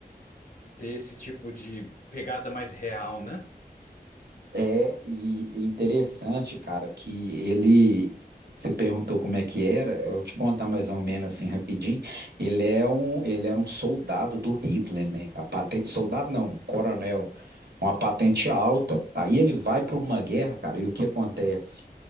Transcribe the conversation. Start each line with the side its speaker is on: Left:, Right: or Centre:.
Left: ter esse tipo de pegada mais real, né?
Right: É, e e interessante, cara, que ele. Você perguntou como é que era, eu vou te contar mais ou menos assim rapidinho. Ele é um, ele era um soldado do Hitler, né? A patente, soldado não, coronel, uma patente alta. Aí ele vai para uma guerra, cara, e o que acontece?